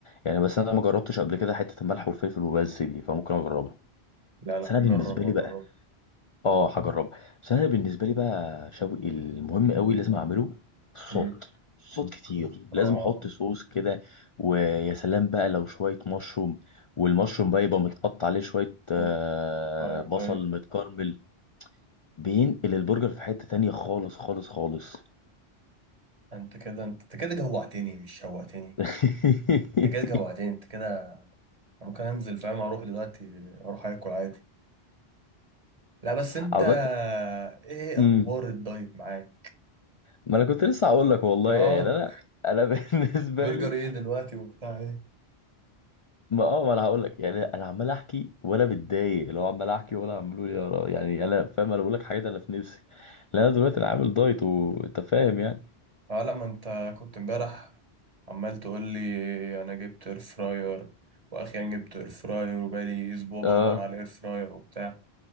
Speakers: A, on the left (about 45°); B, on the right (about 40°).
A: يعني بس أنا ما جربتش قبل كده حتة الملح والفلفل وبس دي فممكن أجربها
B: لا لا
A: بس أنا بالنسبة
B: جرب وجرب
A: لي بقى اه هجربها بس انا بالنسبه لي بقى شوقي المهم قوي لازم اعمله صوت
B: مم.
A: صوت كتير
B: اه
A: لازم احط صوص كده ويا سلام بقى لو شويه مشروم والمشروم بقى يبقى متقطع عليه شويه آه،
B: أوه. ايوه
A: بصل
B: ايوه
A: متكرمل بينقل البرجر في حته تانية خالص خالص خالص
B: انت كده انت انت كده جوعتني مش شوقتني
A: <laughs>
B: انت كده جوعتني انت كده ممكن انزل فاهم اروح دلوقتي اروح اكل عادي لا بس انت
A: عملت
B: ايه
A: امم
B: اخبار الدايت معاك
A: ما انا كنت لسه هقول لك والله
B: اه
A: يعني انا انا <laughs> بالنسبه
B: برجر
A: لي
B: ايه دلوقتي وبتاع ايه
A: ما اه ما انا هقول لك يعني انا عمال احكي ولا بتضايق لو عمال احكي ولا عمال يا را يعني انا فاهم انا بقول لك حاجات انا في نفسي لان انا دلوقتي انا عامل دايت وانت فاهم يعني
B: اه لا ما انت كنت امبارح عمال تقول لي انا جبت اير فراير واخيرا جبت اير فراير وبقالي اسبوع بدور
A: اه
B: على اير فراير وبتاع